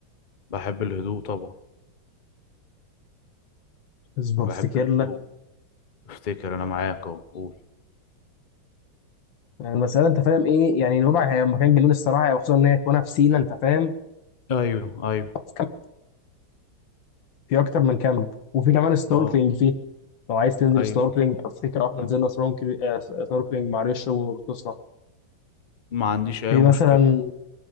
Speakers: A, on the left; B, on the left.
A: بحب الهدوء طبعا
B: اصبر
A: بحب
B: افتكر
A: الهدوء
B: لك
A: افتكر انا معاك اهو قول
B: يعني المسألة أنت فاهم إيه يعني نوبع هي مكان جنون الصراحة وخصوصا إن هي تكونها في سينا أنت فاهم
A: ايوه ايوه
B: في كام- في أكتر من كامب وفي كمان سنوركلينج
A: اه
B: فيه لو عايز تنزل
A: ايوه
B: سنوركلينج أفتكر إحنا نزلنا سنوركلينج آه، سنوركلينج مع ريش وغطسنا
A: ما عنديش
B: في
A: اي مشكله
B: مثلا